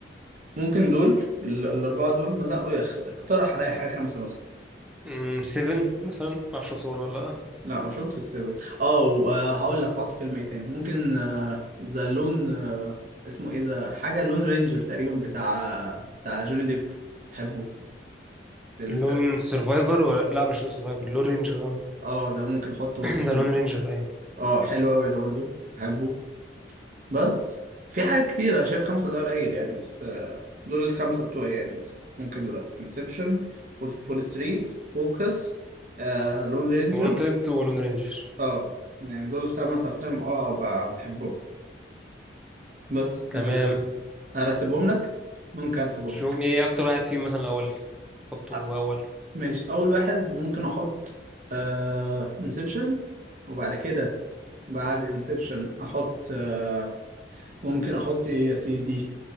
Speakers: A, on the right; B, in the centre.
A: ممكن دول ال- الأربعة دول مثلا قول اخ- اقترح عليا حاجة خمسة مثلا
B: امم 7 مثلا ما اعرفش شفته برضه ولا لا
A: لا ما شفتش السيفن اه و- آه، هقول لك حط فيلم ايه تاني ممكن آه، ذا لون آه، اسمه ايه ده حاجة لون رينجر تقريبا بتاع بتاع جوني ديب بحبه الفيلم
B: لون سيرفايفر ولا لا مش لون سيرفايفر لون رينجر اه
A: اه ده ممكن احطه برضه
B: <clears throat>
A: فيلم
B: ده لون رينجر ايوه
A: اه حلو قوي ده برضه بحبه بس في حاجات كتير انا شايف خمسة ده قليل يعني بس آه، دول الخمسة بتوعي يعني مثلا ممكن دلوقتي انسبشن وولف اوف وول ستريت فوكس آه، لون رينجر
B: وونتد ولون رينجر
A: اه يعني دول خمس افلام اه ب- بحبهم بس
B: تمام
A: آه، ارتبهم لك ممكن ارتبهم
B: شو
A: لك
B: ايه اكتر واحد فيهم مثلا الاول حطه
A: آه،
B: اول
A: ماشي اول واحد ممكن احط آه انسبشن وبعد كده بعد انسبشن احط آه، ممكن احط ايه يا سيدي